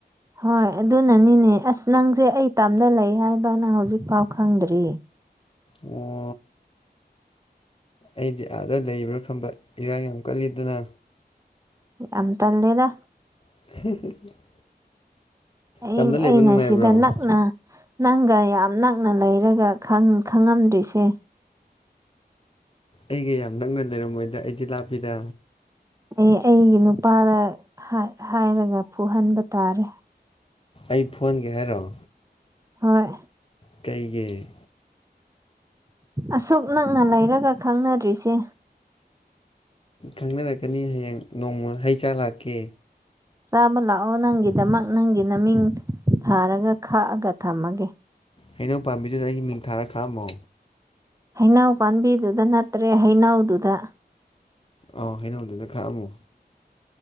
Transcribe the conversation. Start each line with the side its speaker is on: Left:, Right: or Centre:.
Right: ꯍꯣꯏ ꯑꯗꯨꯅꯅꯤꯅꯦ ꯑꯁ ꯅꯪꯖ‌ꯦ ꯑꯩ ꯇꯥꯝꯗ ꯂꯩ ꯍꯥꯏꯕꯅ ꯍꯧꯖꯤꯛꯐꯥꯎ ꯈꯪꯗ꯭ꯔꯤ
Left: ꯑꯣ ꯑꯩꯗꯤ ꯑꯥꯗ ꯂꯩꯕ꯭ꯔꯥ ꯈꯪꯝꯕ ꯏꯔꯥꯡ ꯌꯥꯝ ꯀꯜꯂꯤꯗꯅ
Right: ꯌꯥꯝ ꯇꯜꯂ‌ꯦꯗ
Left: <unintelligible>
Right: ꯑꯩ
Left: ꯇꯝꯗ ꯂꯩꯕ
Right: ꯑꯩꯅ
Left: ꯅꯨꯡꯉꯥꯏꯕ꯭ꯔꯣ
Right: ꯁꯤꯗ ꯅꯛꯅ ꯅꯪꯒ ꯌꯥꯝ ꯅꯛꯅ ꯂꯩꯔꯒ ꯈꯪ ꯈꯪꯉꯝꯗ꯭ꯔꯤꯁꯦ
Left: ꯑꯩꯒ ꯌꯥꯝ ꯅꯛꯅ ꯂꯩꯔꯝꯃꯣꯏꯗ ꯑꯩꯗꯤ ꯂꯥꯞꯄꯤꯗ
Right: ꯑꯩ ꯑꯩꯒꯤ ꯅꯨꯄꯥꯗ ꯍꯥꯏ ꯍꯥꯏꯔꯒ ꯐꯨꯍꯟꯕ ꯇꯥꯔꯦ
Left: ꯑꯩ ꯐꯨꯍꯟꯒꯦ ꯍꯥꯏꯔ‌ꯣ
Right: ꯍꯣꯏ
Left: ꯀꯩꯒꯤ
Right: ꯑꯁꯨꯛ ꯅꯛꯅ ꯂꯩꯔꯒ ꯈꯪꯅꯗ꯭ꯔꯤꯁꯦ
Left: ꯈꯪꯅꯔꯛꯀꯅꯤ ꯍꯌꯦꯡ ꯅꯣꯡꯃ ꯍꯩ ꯆꯥ ꯂꯥꯛꯀꯦ
Right: ꯆꯥꯕ ꯂꯥꯛꯑꯣ ꯅꯪꯒꯤꯗꯃꯛ ꯅꯪꯒꯤ ꯃꯃꯤꯡ ꯊꯥꯔꯒ ꯈꯥꯛꯑꯒ ꯊꯝꯃꯒꯦ
Left: ꯍꯩꯅꯧ ꯄꯥꯝꯕꯤꯗꯨꯗ ꯑꯩꯒꯤ ꯃꯤꯡ ꯊꯥꯔ ꯈꯥꯝꯃꯣ
Right: ꯍꯩꯅꯧ ꯄꯥꯝꯕꯤꯗꯨꯗ ꯅꯠꯇ꯭ꯔꯦ ꯍꯩꯅꯧꯗꯨꯗ
Left: ꯑ‌ꯣ ꯍꯩꯅꯧꯗꯨꯅ ꯈꯥꯛꯑꯝꯃꯣ